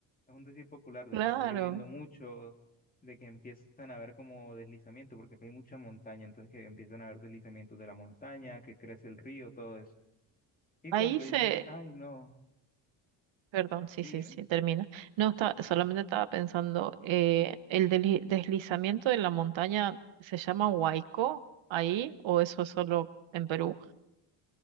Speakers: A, on the left (about 20°); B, on the right (about 75°).
A: es un decir popular de
B: Claro.
A: que está lloviendo mucho, de que empiezan a haber como deslizamientos, porque acá hay mucha montaña, entonces que empiezan a haber deslizamientos de la montaña, que crece el río, todo eso. Y
B: Ahí
A: cuando
B: se,
A: dicen, ay, no,
B: Perdón, sí,
A: sí,
B: sí,
A: dime,
B: sí, termina. No, está, solamente estaba pensando, eh, ¿el deli- deslizamiento de la montaña se llama huaico ahí o eso es solo en Perú?